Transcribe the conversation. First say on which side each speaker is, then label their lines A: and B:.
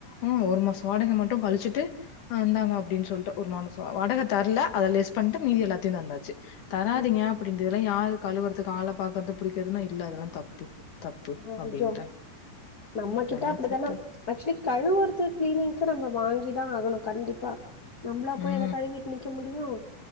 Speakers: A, on the left; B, on the left.
A: ம் ஒரு மாசோ வாடகை மட்டு கழிச்சிட்டு அ இந்தாங்க அப்டின்னு சொல்லிட்டு ஒரு மானசோ வடகை தரல அதை லெஸ் பண்ணிட்டு மீதி எல்லாத்தையு தந்தாச்சு தராதிங்க
B: ம்.
A: அப்டின்றதெல்லா யாரு கழுவுறது ஆள பாக்குறது புடிக்கறதுன்னு இல்ல அதெல்லா தப்பு தப்பு
B: ஐயோ!
A: அப்படின்ட்டாய்ங்
B: நம்மகிட்ட
A: இதெல்லா
B: அப்படித்தான
A: செட்டாய்
B: ஆக்சுவலி கழவுறது கிளீனிங்கு ஆக்சுவலி கழுவுறது க்ளீனிங்க்கு நம்ம வாங்கி தா ஆகணு கண்டிப்பா நம்மளா போய்
A: ம்.
B: அத கழுவி நிக்க முடியு